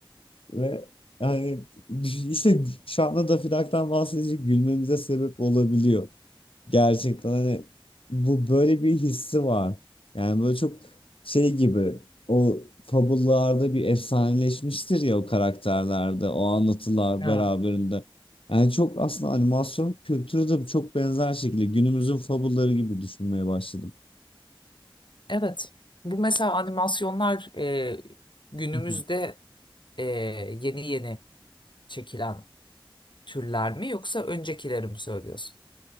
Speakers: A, on the left (about 75°); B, on the left (about 60°).
A: Ve yani düş- işte şu anda Daffy Duck'tan bahsedince gülmemize sebep olabiliyor. Gerçekten hani bu böyle bir hissi var. Yani böyle çok şey gibi o fabullarda bir efsaneleşmiştir ya o karakterlerde, o anlatılar
B: Ha.
A: beraberinde. Yani çok aslında animasyon kültürü de çok benzer şekilde günümüzün fabulları gibi düşünmeye başladım.
B: Evet. Bu mesela animasyonlar e, günümüzde
A: <laughs>
B: e, yeni yeni çekilen türler mi yoksa öncekileri mi söylüyorsun?